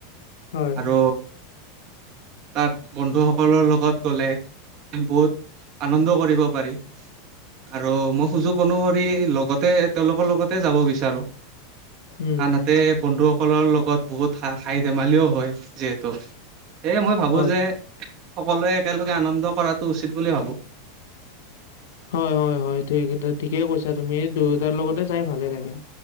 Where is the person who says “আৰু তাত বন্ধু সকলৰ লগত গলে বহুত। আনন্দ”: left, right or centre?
Right